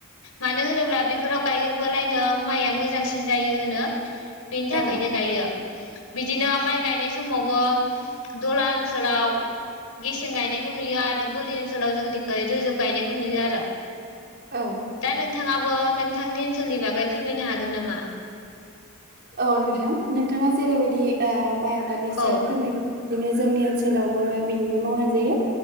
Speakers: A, on the left; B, on the right.
A: मानो होनोब्ला बेफोराव गायोबालायनो माइआ मोजांसिन जायो होनो बेनि थाखायनो
B: औ
A: गायो बिदिनो माइ गायनाय समावबो दलाल ओनसोलाव गेसें गायनायखौ नुयो आरो बोरि ओनसोलाव जोंनिख रोजोब गायनायखौ नुयो आरो।
B: औ।
A: दा नोंथाङाबो नोंथांनि ओनसोलनि बागै फोरमायनो हागोन नामा?
B: औ नोंथां नोंथाङा जेरैबायदि माइ आबादनि सायाव
A: औ
B: फोरमायबाय। बिदिनो जोंनि ओनसोलावबो बिदिनो मावनाय जायो।